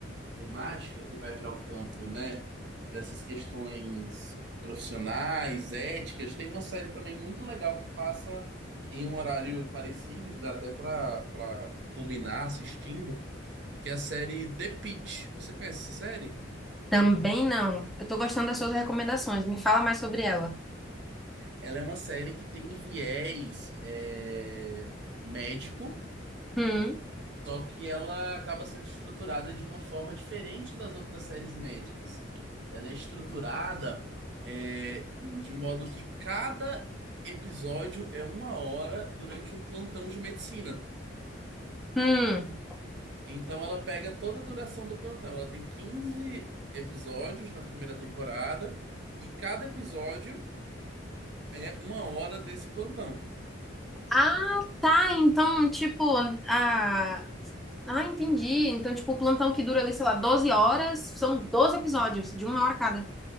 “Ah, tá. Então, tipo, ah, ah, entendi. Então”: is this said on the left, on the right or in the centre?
Centre